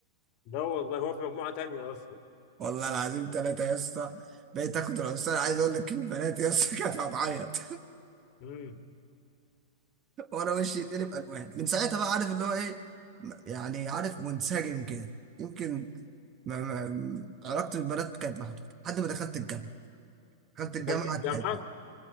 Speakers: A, on the left (about 45°); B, on the right (about 25°).
A: ده والله هو في مجموعة تانية اصلا
B: والله العظيم ثلاثة يا اسطى بقيت اخد الاستاذ عايز اقول لك البنات يا اسطى كانت هتعيط
A: امم
B: <laughs> وانا وشي يتقلب الوان من ساعتها بقى عارف اللي هو ايه م- يعني عارف منسجم كده يمكن ما ما علاقتي بالبنات كانت محدودة لحد ما دخلت الجامعة دخلت الجامعة
A: دخلت الجامعة
B: اتق-